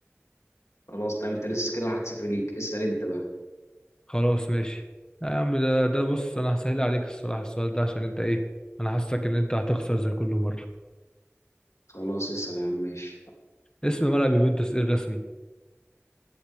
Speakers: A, on the left (about 80°); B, on the left (about 15°).
A: خلاص طيب انت لسه كده 1-0 ليك اسأل انت بقى
B: خلاص ماشي لا يا عم ده ده بص انا هسهل عليك الصراحه السؤال ده عشان انت ايه انا حاسسك ان انت هتخسر زي كل مره
A: خلاص اسأل يا عم ماشي
B: اسم ملعب يوفنتوس ايه الرسمي